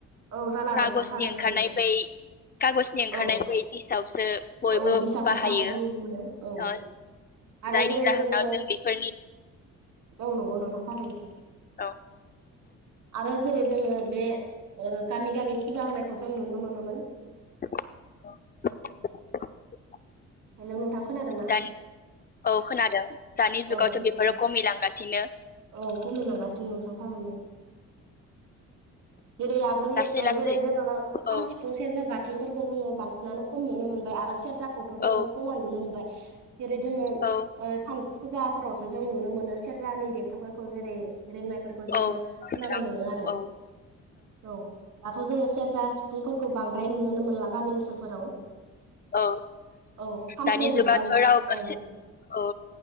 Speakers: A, on the right; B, on the left.
A: औ जाला नोंथां
B: खागजनि
A: थारैनो
B: ओंखारनाय
A: नंगौ
B: बै खागजनि ओंखारनाय
A: औ
B: बै दिसावसो बयबो
A: औ दिसाखौ
B: बाहायो
A: जानायखौ नुनो मोनो औ
B: ओ
A: आरो
B: जायनि
A: जेरै
B: जाहोनाव
A: जोङो
B: जों बेफोरनि
A: औ नंगौ नोंथां थारैनो
B: औ
A: ओ जेरै जोङो बे ओ गामि-गामि फुजा होनायखौ जों नुनो मोनोमोन
B: ओं
A: हेलौ नोंथां खोनादोंना
B: दानि औ खोनादों दानि जुगावथ'
A: औ खोनादों
B: बेफोरो खमिलांगासिनो।
A: औ खमिलांगासिनो नोंथां थारैनो। जेरै आगोलनि
B: लासै
A: ओ
B: लासै
A: जेरै जोङो खाम,
B: औ
A: सिफुं, सेरजा, जाथिंफोरखौ जोङो बांसिनानो खम नुनो मोन बाय आरो सेरजाखौथ' जोङो
B: औ
A: खमानो नुनो मोनबाय जेरै जोङो
B: औ
A: ओ फान फुजाफोरावसो जों नुनो मोनो सेरजानि देंखोफोरखौ जेरै रिंनायफोरखौ जोङो
B: औ नंगौ
A: खोनानो
B: नोंथां
A: मोनो आरो
B: औ
A: औ दाथ' जोङो सेरजा, सिफुंफोरखौ बांद्राय नुुनोनो मोनला गामि ओनसोलफोराव
B: औ
A: औ खामखौ
B: दानि
A: नुब्लाबो
B: जुगाथ' रावबोसि
A: औ
B: अ